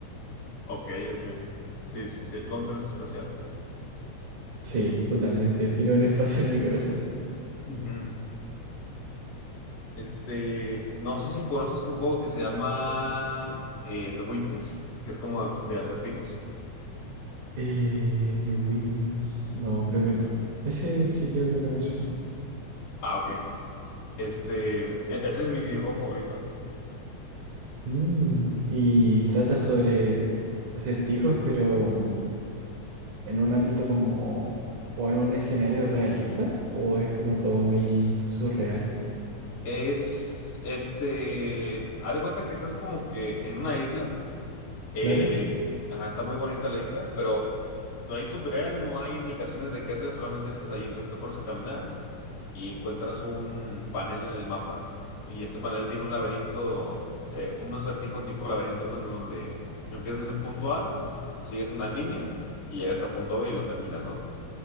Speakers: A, on the left; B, on the right.
A: Ok, ok. Sí, sí, sí, el Counter es especial.
B: Sí, totalmente, tiene un espacio en mi corazón.
A: Ujú. Este, no sé si conoces un juego que se llama eh, The Witness, que es como de acertijos.
B: Eh, The Witness, no, creo que no. Ese sí creo que no me suena.
A: Ah, ok. Este, e- ese es mi videojuego favorito.
B: Mm, y trata sobre acertijos, pero en un ámbito como, o en un escenario realista, o es como todo muy surreal.
A: Es este, haz de cuenta que estás como que en una isla, eh,
B: Claro,
A: ajá, está muy bonita la isla, pero no hay tutorial, no hay indicaciones de qué hacer, solamente estás ahí, entonces te pones a caminar y encuentras un panel en el mapa y este panel tiene un laberinto, eh, un acertijo tipo laberinto, ¿no? Donde empiezas en punto A, sigues una línea y llegas a punto B y lo terminas, ¿no?